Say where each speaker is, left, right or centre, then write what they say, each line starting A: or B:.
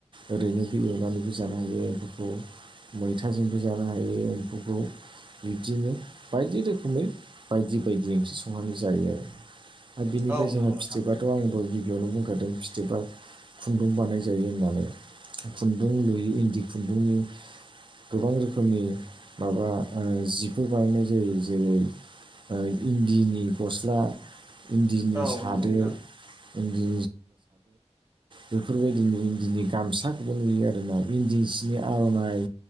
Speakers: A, on the right; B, on the right.
A: ओरैनोबो एवनानैबो जानो हायो एम्फौ खौ मैथाजोंबो जानो हायो एम्फौखौ। बिब्दिनो बायदि रोखोमै बायदि बायदि ओंख्रि संनानै जायो आरो। आरो बिनिफ्राय
B: औ
A: जोंहा
B: नंगौ नोंथां
A: फिथोबाथ' आं दहाय बेयावनो बुंखादों फिथोबा खुन्दुं बानाय जायो होननानै खुन्दुं लुयो इन्दि बुंनि गोबां रोखोमनि माबा ओ जिखौ बानायनाय जायो जेरै ओ इन्दिनि गस्ला इन्दिनि
B: औ
A: सादोर
B: नंगौ नोंथां
A: इन्दि बेफोरबायदिनो इन्दिनि गामसाखौबो नुयो आरो ना इन्दि आर'नाइ